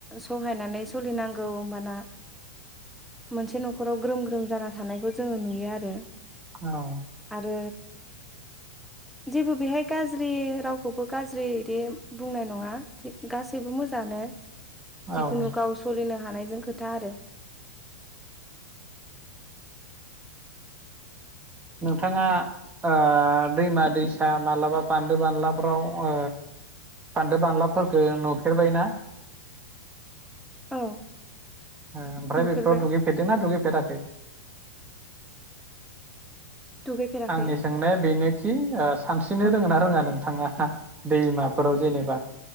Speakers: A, in the centre; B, on the right.
A: सहायनानै सोलिनांगौ होमबाना मोनसे नखराव ग्रोम ग्रोम जाना थानायखौ जोङो नुयो आरो
B: औ
A: आरो जेबो बेहाय गाज्रि रावखौबो गाज्रि बिदि बुंनाय नङा गासैबो मोजाङानो
B: औ
A: जिखुनु गाव सलिनो हानाय जों खोथा आरो
B: नोंथाङा ओ दैमा दैसा मालाबा बान्दो बानलाफोराव ओ बान्दो बानलाफोरफोरखौ नुफेरबायना?
A: औ
B: ओ ओमफ्राय
A: नुफेरबाय
B: बेफोराव दुगैफेरदोंना दुगैफेराखै?
A: दुगैफेराखै
B: आंनि सोंनाया बेनोखि ओ सानस्रिनो
A: औ
B: रोङो ना रोङा नोंथाङा? दैमाफोराव जेनेबा